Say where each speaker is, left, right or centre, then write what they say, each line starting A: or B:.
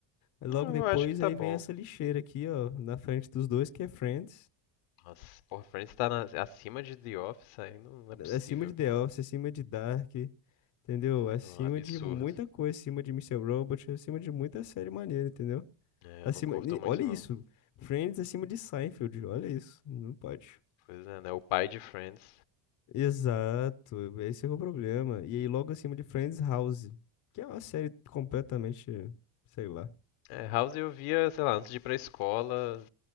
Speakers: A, on the left (about 35°); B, on the left (about 75°).
A: Logo
B: Ah, Eu
A: depois
B: acho que tá
A: aí
B: bom.
A: vem essa lixeira aqui, ó, na frente dos dois, que é Friends.
B: Nossa, porra, Friends tá na- acima de The Office aí não, não é possível.
A: Acima de The Office, acima de Dark, entendeu? Acima
B: Não, é um absurdo.
A: de muita coisa, acima de Mister Robot, acima de muita série maneira, entendeu?
B: É,
A: Acima,
B: eu não curto
A: e
B: muito
A: olha isso,
B: não.
A: Friends acima de Seinfeld, olha isso, não pode.
B: Pois é, né? O pai de Friends.
A: Exato, esse é o problema. E aí, logo acima de Friends House, que é uma série completamente, sei lá.
B: É, House eu via, sei lá, antes de ir pra escola